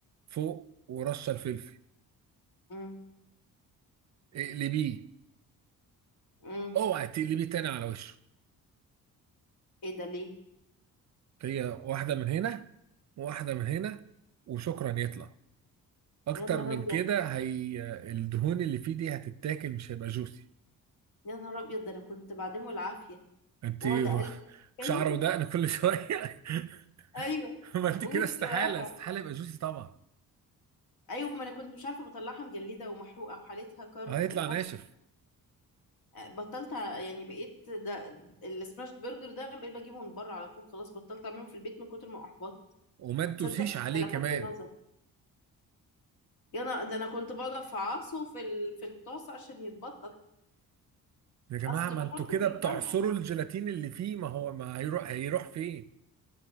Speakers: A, on the right; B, on the left.
A: فوق ورشه الفلفل
B: امم
A: اقلبيه
B: امم
A: اوعى تقلبي تاني على وشه
B: ايه ده ليه
A: هي واحدة من هنا وواحدة من هنا وشكرا يطلع اكتر
B: يا نهار
A: من
B: ابيض
A: كده هي الدهون اللي فيه دي هتتاكل مش هيبقى جوسي
B: يا نهار ابيض ده انا كنت بعدمه العافيه
A: انت
B: واقعد اقلب
A: <laughs>
B: فاهم
A: شعر ودقن كل شوية
B: ايوه
A: <laughs> ما انت
B: وش
A: كده استحالة
B: وقفه
A: استحالة يبقى جوسي طبعا
B: ايوه ما انا كنت مش عارفه بطلعها مجلده ومحروقه وحالتها كرب
A: هيطلع
B: لحد
A: ناشف
B: بطلت ع- يعني بقيت ده السماش برجر ده بقيت بجيبه من بره على طول خلاص بطلت اعمله في البيت من كتر ما احبطت
A: وما تدوسيش
B: تصدق
A: عليه
B: انت لفتت
A: كمان
B: نظر يا انا ده انا كنت بقعد افعصه في ال... في الطاسه عشان يتبطط
A: يا جماعة
B: اصل
A: ما
B: بحطه
A: انتوا كده
B: بيكلبز
A: بتعصروا الجيلاتين اللي فيه ما هو ما هيروح هيروح فين؟